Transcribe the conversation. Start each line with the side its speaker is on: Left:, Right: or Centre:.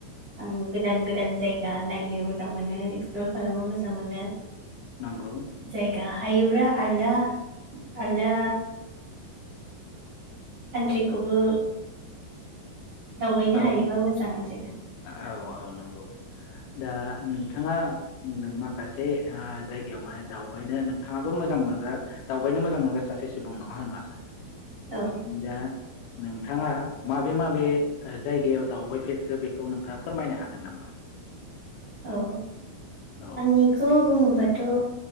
Right: आं गोदान गोदान जायगा नायनो मोजां जां मोनो ओ खालामनो मोजां मोनो।
Left: नंगौ
Right: जायगा हायोब्ला आलदा आलदा कान्ट्रिखौबो दावबायनो
Left: औ
Right: हायोबा मोजां आरोना।
Left: औ औ नंगौ दा नोंथाङा नों माखासे ओ जायगायाव माने दावबायनो नोंथाङाबो मोजां मोनग्रा दावबायनो मोजां मोनग्रा सासे सुबुं नङा होमबा?
Right: औ
Left: दा नोंथाङा माबे माबे ओ जायगायाव दावबायफेरखो बेखौ नोंथाङा फोरमायनो हागोन नामा?
Right: औ
Left: औ
Right: आंनिखो बुङोबाद थ'